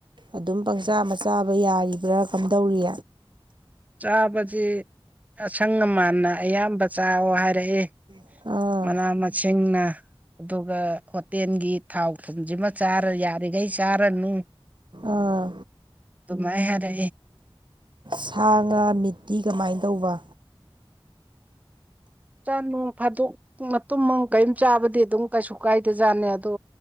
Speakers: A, on the right (about 55°); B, on the right (about 15°).
A: ꯑꯗꯨꯝ ꯄꯪꯆꯥ ꯃꯆꯥꯕ ꯌꯥꯔꯤꯕ꯭ꯔꯥ ꯀꯝ ꯇꯧꯔꯤ
B: ꯆꯥꯕꯁꯤ ꯑꯁꯪ ꯑꯃꯥꯟꯅ ꯑꯌꯥꯝꯕ ꯆꯥꯑꯣ ꯍꯥꯏꯔꯛꯑꯦ
A: ꯑꯥ
B: ꯃꯅꯥ ꯃꯁꯤꯡꯅ ꯑꯗꯨꯒ ꯍꯣꯇꯦꯜꯒꯤ ꯊꯥꯎ ꯊꯟꯁꯤꯃ ꯆꯥꯔ ꯌꯥꯔꯤꯈꯩ ꯆꯥꯔꯅꯨ
A: ꯑꯥ
B: ꯃꯥꯏ ꯍꯥꯏꯔ
A: ꯁꯥ ꯉꯥ ꯃꯤꯠꯇꯤ ꯀꯃꯥꯏꯅ ꯇꯧꯕ
B: ꯆꯥ ꯅꯨꯡ ꯐꯥꯗꯣꯛ ꯃꯇꯨꯡꯨꯝ ꯀꯔꯤꯝ ꯆꯥꯕꯗꯤ ꯑꯗꯨꯝ ꯀꯩꯁꯨ ꯀꯥꯏꯗꯖꯥꯠꯅꯤ ꯑꯗꯣ